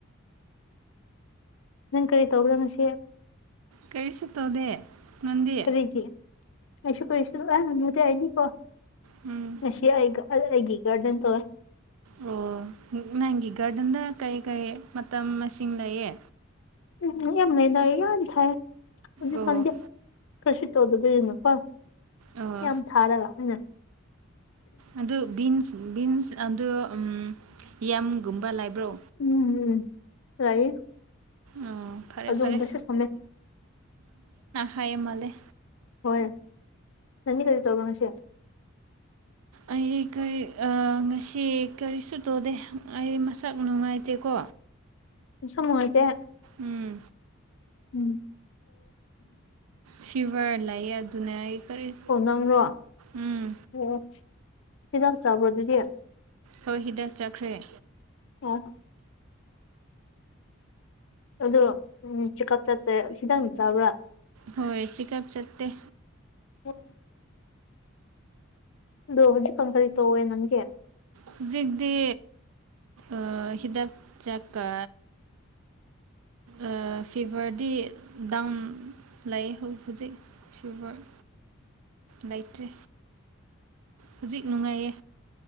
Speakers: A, on the left (about 65°); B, on the right (about 85°).
A: ꯅꯪ ꯀꯔꯤ ꯇꯧꯕ꯭ꯔꯥ ꯉꯥꯁꯤ
B: ꯀꯔꯤꯁꯨ ꯇꯧꯗꯦ ꯅꯪꯗꯤ
A: ꯀꯔꯤꯒꯤ ꯑꯩꯁꯨ ꯀꯔꯤꯁꯨ ꯑꯦ ꯅ ꯅꯠꯇꯦ ꯑꯩꯗꯤ ꯀꯣ
B: ꯎꯝ
A: ꯉꯁꯤ ꯑꯩꯒ ꯑ ꯑꯩꯒꯤ ꯒꯥꯔꯗꯦꯟ ꯇꯣꯏ
B: ꯑꯣ ꯅꯪꯒꯤ ꯒꯥꯔꯗꯦꯟꯗ ꯀꯩ ꯀꯩ ꯃꯇꯝ ꯃꯁꯤꯡ ꯂꯩꯌꯦ
A: ꯎꯝ ꯌꯥꯝ ꯂꯩꯗ ꯌꯥꯝ ꯊꯥꯢꯌꯦ ꯍꯨꯖꯤꯛꯀꯥꯟꯗꯤ
B: ꯑꯣ
A: ꯀꯔꯤꯁꯨ ꯇꯧꯗꯕꯅꯤꯅꯀꯣ
B: ꯑꯣ
A: ꯌꯥꯝ ꯊꯥꯔꯒ ꯑꯣꯏꯅ
B: ꯑꯗꯨ ꯕꯤꯟꯁ ꯕꯤꯟꯁ ꯑꯗꯨ ꯎꯝ ꯌꯥꯝꯒꯨꯝꯕ ꯂꯩꯕ꯭ꯔꯣ
A: ꯎꯝ ꯂꯩ
B: ꯑꯣ ꯐꯔꯦ
A: ꯑꯗꯨꯒꯨꯝꯕꯁꯨ
B: ꯐꯔꯦ
A: ꯊꯝꯃꯦ
B: ꯐꯩꯏꯃꯜꯂꯦ
A: ꯍꯣꯏ ꯅꯪꯗꯤ ꯀꯥꯔꯤ ꯇꯧꯕ꯭ꯔꯥ ꯉꯥꯁꯤ
B: ꯑꯩ ꯀꯩ ꯑ ꯉꯥꯁꯤ ꯀꯔꯤꯁꯨ ꯇꯧꯗꯦ ꯑꯩ ꯃꯁꯛ ꯅꯨꯡꯉꯥꯏꯇꯦꯀꯣ
A: ꯅꯨꯁꯥ ꯅꯨꯡꯉꯥꯢꯇꯦ
B: ꯎꯝ
A: ꯎꯝ
B: ꯐꯤꯚꯔ ꯂꯩꯌꯦ ꯑꯗꯨꯅꯦ ꯑꯩ ꯀꯔꯤ
A: ꯑꯣ ꯅꯪꯔꯣ ꯑꯣ
B: ꯎꯝ
A: ꯑꯣ ꯍꯤꯗꯥꯛ ꯆꯥꯕ꯭ꯔꯣ ꯑꯗꯨꯗꯤ
B: ꯍꯣꯏ ꯍꯤꯗꯥꯛ ꯆꯥꯈ꯭ꯔꯦ
A: ꯑꯣ ꯑꯗꯨ ꯎꯝ ꯆꯤꯀꯞ ꯆꯠꯇꯦ ꯍꯤꯗꯥꯛꯅ ꯆꯥꯕ꯭ꯔꯥ
B: ꯍꯣꯏ ꯆꯦꯛꯑꯞ ꯆꯠꯇꯦ
A: ꯑꯣ ꯑꯗꯨ ꯍꯧꯖꯤꯛꯀꯥꯟ ꯀꯔꯤ ꯇꯧꯋꯦ ꯅꯪꯗꯤ
B: ꯍꯧꯖꯤꯛꯇꯤ ꯑꯥ ꯍꯤꯗꯥꯛ ꯆꯥꯛꯀ ꯑ ꯐꯤꯚꯔꯗꯤ ꯗꯪ ꯂꯩꯌꯦ ꯍꯨ ꯍꯨꯖꯤꯛ ꯐꯤꯚꯔ ꯂꯩꯇ꯭ꯔꯤ ꯍꯨꯖꯤꯛ ꯅꯨꯡꯉꯥꯏꯌꯦ